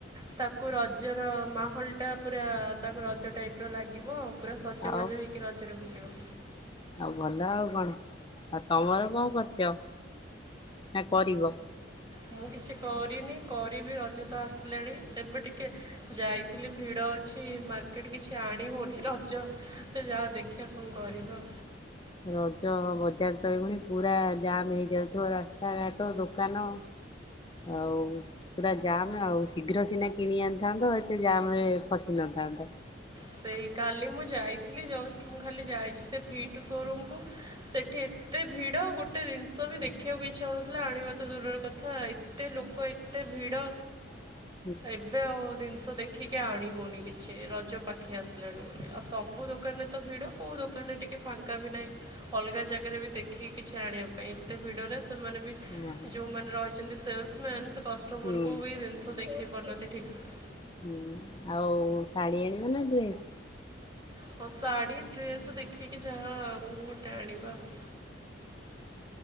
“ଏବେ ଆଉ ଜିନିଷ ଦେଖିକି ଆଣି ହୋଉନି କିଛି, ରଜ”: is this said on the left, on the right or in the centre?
Right